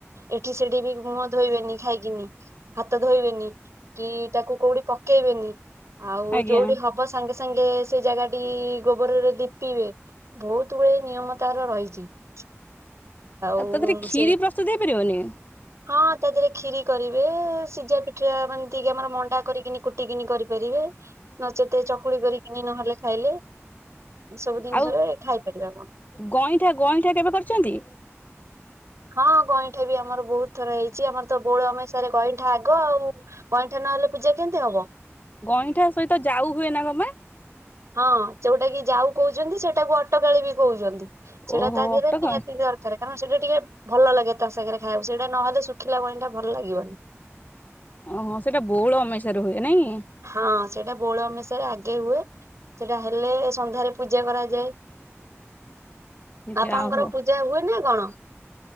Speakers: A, on the right; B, on the left.
A: ଏଠି ସେଠି ବି ମୁହଁ ଧୋଇବେନି ଖାଇକିନି। ହାତ ଧୋଇବେନି କି ତାକୁ କୋଉଠି ପକେଇବେନି ଆଉ
B: ଆଜ୍ଞା
A: ଯୋଉଠି ହବ ସାଙ୍ଗେ ସାଙ୍ଗେ ସେ ଜାଗା ଟି ଗୋବରରେ ଲିପିବେ ବହୁତ ଗୁଡେ ନିୟମ ତାର ରହିଛି। <inaudible>
B: ଆଉ ତା ଦେରେ କ୍ଷୀରି
A: ସେ
B: ପ୍ରସ୍ତୁତ ହେଇପାରିବନି?
A: ହଁ ତା ଦେହରେ କ୍ଷୀରି କରିବେ ସିଝା ପିଠା ମାନେ ଏମତିକି ଆମର ମଣ୍ଡା କରିକିନି କୁଟିକିନି କରିପାରିବେ। ନଚେତ ଚକୁଳି କରିକିନି ନହେଲେ ଖାଇଲେ ଏ ସବୁ ଜିନିଷରେ
B: ଆଉ
A: ଖାଇପାରିବେ ଆପଣ।
B: ଗଇଁଠା ଗଇଁଠା କେବେ କରିଛନ୍ତି?
A: ହଁ ଗଇଁଠା ବି ଆମର ବହୁତ ଥର ହେଇଛି ଆମର ତ ବୋଉଳ ଅମେଇଶାରେ ଗଇଁଠା ଆଗ ଆଉ। ଗଇଁଠା ନହେଲେ ପୂଜା କେମିତି ହବ?
B: ଗଇଁଠା ସହିତ ଯାଉ ହୁଏ ନା କଣ ପା?
A: ହଁ ଯୋଉଟା କି ଯାଉ କହୁଛନ୍ତି ସେଟାକୁ ଅଟଗାଳି ବି କହୁଛନ୍ତି। ସେଟା
B: ଓହୋ
A: ତା ଦିହରେ
B: ଅଟକ
A: ନିହାତି ଦରକାରେ। କାରଣ ସେଟା ଟିକେ ଭଲ ଲାଗେ ତା ସାଙ୍ଗରେ ଖାଇବାକୁ ସେଇଟା ନହେଲେ ଶୁଖିଲା ଗଇଁଠା ଭଲ ଲାଗିବନି।
B: ଓହୋ ସେଇଟା ବଉଳ ଅମେଇସା ରେ ହୁଏ ନାଇଁ?
A: ହଁ ସେଇଟା ବୋଉଳ ଆମେଇସାରେ ଆଗେ ହୁଏ। ସେଟା ହେଲେ ସନ୍ଧ୍ୟାରେ ପୂଜା କରାଯାଏ। ଆପଣଙ୍କର
B: ଯା ହଉ
A: ପୂଜା ହୁଏ ନା କଣ?